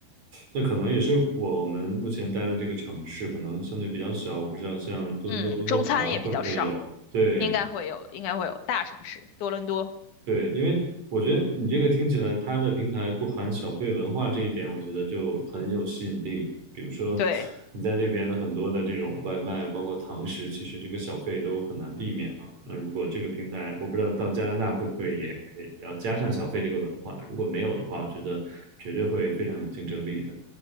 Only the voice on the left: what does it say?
嗯，
中餐也比较少。
应该会有，应该会有大城市，多伦多。
对，